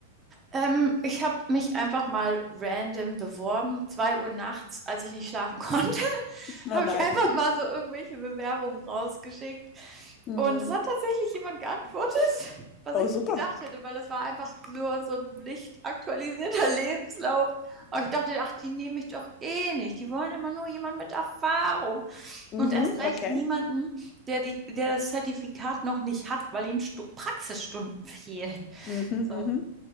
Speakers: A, on the right (about 15°); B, on the left (about 25°).
A: Ähm, ich habe mich einfach mal random beworben. Zwei Uhr nachts, als ich nicht schlafen konnte, <laughs>
B: Oh
A: habe
B: nein.
A: ich einfach mal so irgendwelche Bewerbungen rausgeschickt.
B: Hm.
A: Und es hat tatsächlich jemand geantwortet, <laughs> was
B: Oh,
A: ich nicht
B: super.
A: gedacht hätte, weil das war einfach nur so ein nicht aktualisierter <laughs> Lebenslauf. Aber ich dachte, ach, die nehmen mich doch eh nicht. Die wollen immer nur jemanden mit Erfahrung.
B: Mhm,
A: Und erst recht
B: okay.
A: niemanden, der die, der das Zertifikat noch nicht hat, weil ihm Stu Praxisstunden <laughs> fehlen.
B: Mhm,
A: So.
B: mhm,